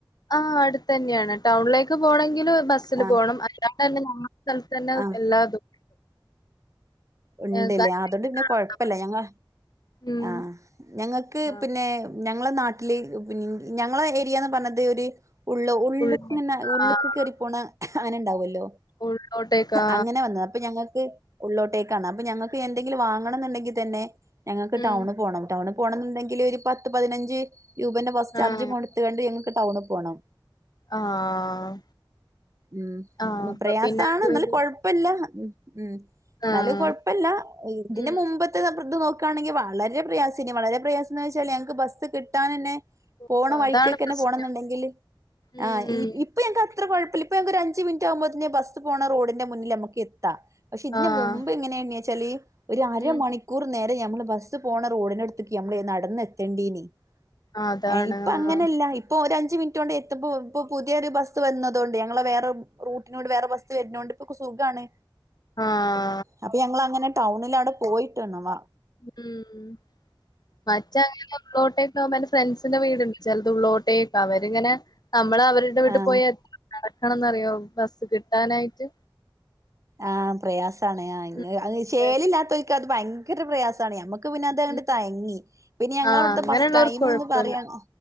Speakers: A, on the left (about 50°); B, on the right (about 35°).
A: ആഹ് അടുത്തന്നെയാണ് ടൗണിലേക്ക് പോണങ്കില് ബസ്സില്
B: ആഹ്
A: പോണം അല്ലാണ്ട ന്നെ ഞമ്മ സ്ഥലത്തന്നെ
B: ആഹ്
A: എല്ലാതും
B: ഉണ്ടില്ലേ
A: ഞങ്ങക്ക് അയിനായിട്ട്
B: അതുകൊണ്ട് പിന്നെ
A: നടന്നാ
B: കൊഴപ്പല്ല
A: മതി.
B: ഞങ്ങ
A: ഉം
B: ആഹ് ഞങ്ങൾക്ക്
A: ആഹ്
B: പിന്നെ ഞങ്ങളെ നാട്ടില് ഉം പി ഞങ്ങളെ ഏരിയാന്ന് പറഞ്ഞത് ഒരു ഉള്ള് ഉള്ള്
A: ഉള്ളോ
B: ഇങ്ങനെ ഉള്ള്ക്ക്
A: ആഹ്
B: കേറി പോണ അങ്ങനെ ഉണ്ടാവോല്ലോ
A: ഉള്ളോട്ടേക്കാ
B: അങ്ങനെ വന്നത് അപ്പൊ ഞങ്ങക്ക് ഉള്ളോട്ടേ ക്കാണാ അപ്പ ഞൾക്ക് എന്തെങ്കിലും വാങ്ങണംന്നുണ്ടെങ്കി തന്നെ ഞങ്ങക്ക്
A: ഉം
B: ടൗണി പോണം ടൗണ് പോണം ന്നുണ്ടെങ്കില് ഒരു പത്ത് പതിനഞ്ച് രൂപേന്റെ ബസ് ചാർജ്
A: ആഹ്
B: കൊടുത്തു കൊണ്ട് ഞങ്ങക്ക് ടൗണി പോണം
A: ആഹ്
B: ഊം
A: ആഹ് അപ്പൊ
B: പ്രയാസമാണ്
A: പിന്നെ അത്
B: എന്നാലും കൊഴ ല്ല ഉം ഉം എന്നാലും
A: ആഹ്
B: കൊഴ ഇപ്പെല്ല ഇതിന്
A: ഉം
B: മുമ്പത്തെ നപ്രത്ത് ഇത് നോക്കാണെങ്കി വളരെ പ്രയാസ ഇനി വളരെ പ്രയാസം എന്ന് വെച്ചാലേ ഞങ്ങക്ക് ബസ് കി കിട്ടാനന്നെ പോണ
A: അപ്പൊ
B: വഴിക്കെക്കെന്ന
A: അതാണ് പ്രശ്നം
B: പോണം എന്നുണ്ടെങ്കില്
A: ഉം
B: ആഹ് ഇ ഇപ്പ് ഇപ്പ ഞങ്ങക്ക് അത്ര കുഴപ്പുല്ല ഇപ്പ ഞങ്ങക്ക് ഒരു അഞ്ച് മിനിറ്റാവുമ്പോ തന്നെ ബസ് പോണ റോഡിന്റെ മുന്നിലമുക്ക് എത്താ പക്ഷെ ഇതിന്
A: ആഹ്
B: മുമ്പ് മുമ്പ് എങ്ങനെണെച്ചാല് ഒരു അരമണിക്കൂറ്
A: ഉം
B: നേര ത്തേ ഞമ്മള് ബസ് പോണ റോഡിന ടുത്തെക്ക് യമ്മള് ചെന്ന് നടന്ന എത്തേണ്ടീനി
A: അതാണ്
B: ഏഹ് ഇപ്പ
A: ആഹ്
B: അങ്ങനെല്ല ഇ ഇപ്പോ ഒര് അഞ്ച് മിനിറ്റോണ്ട് എത്തുമ്പോ ഇപ്പോ പുതിയൊര് ബസ് വന്നതുകൊണ്ട് ഞങ്ങള് വേറെ റൂട്ടിനോട് വേറെ ബസ് വരണോണ്ട് ഇപ്പൊ കു സുഖാണ്
A: ആഹ്
B: അപ്പ ഞങ്ങളങ്ങനെ ടൗണിലവടെ പോയിട്ടു വന്നവാ
A: ഊം വച്ച <unintelligible> കോട്ടയത്തോവുമ്പ എൻറ ഫ്രണ്ട്സിന്റെ വീട്ണ്ട് ചെലത് ഉള്ളോട്ടേക്ക അവരി ഇങ്ങനെ നമ്മള അവര് എന്റ വീട്ട്
B: ആ
A: പോയാ നടക്കണംന്നറിയോ ബസ്സ് കിട്ടാനായിട്ട്
B: ആഹ് പ്രയാസാണ് ആഹ്
A: ഉം
B: അത് ശേലില്ലാത്തവരിക്ക്
A: അതെ
B: അത് ഭയങ്കര പ്രയാസാണ് ഞമ്മ ക്ക് പിന്ന അതങ്ങട്ട്
A: ഉം
B: തയങ്ങി പിന്നെ ഞങ്ങളവിടുത്തെ
A: ആഹ് അങ്ങനെയുള്ളവർക്ക്
B: ബസ് ടൈമൊന്ന്
A: കൊഴപ്പല്ല
B: പറയാൻ